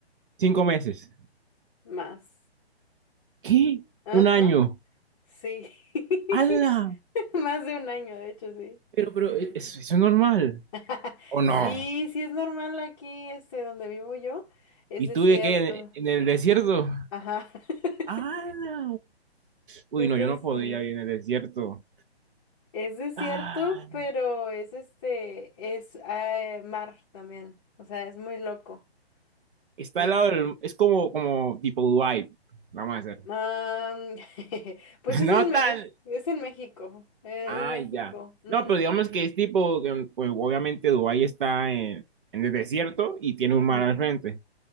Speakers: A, on the right (about 50°); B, on the left (about 30°).
A: cinco meses.
B: más.
A: ¿Qué?
B: Ajá,
A: Un año.
B: sí. <laughs>
A: ¡Hala!
B: Más de un año, de hecho, sí.
A: Pero, pero, ¿e- ¿eso, eso es normal?
B: <laughs>
A: ¿O no?
B: Sí, sí es normal aquí, este, donde vivo yo, es
A: ¿Y
B: desierto.
A: tú de qué? ¿En, en el desierto?
B: Ajá. <laughs>
A: ¡Hala! Uy,
B: Es
A: no,
B: desierto.
A: yo no podía ir en el desierto.
B: Es desierto,
A: Ah,
B: pero es este, es eh, mar también. O sea, es muy loco.
A: está
B: Eh,
A: al lado del... Es como, como tipo Dubai. Vamos a hacer.
B: am, <laughs> pues
A: <laughs>
B: es en,
A: No
B: Me-
A: tan...
B: es, es en México. eh,
A: Ah,
B: Es, México.
A: ya.
B: Ujú,
A: No, pero digamos que es tipo... que, Pues obviamente Dubai está en, en el desierto y tiene
B: ujú.
A: un mar al frente.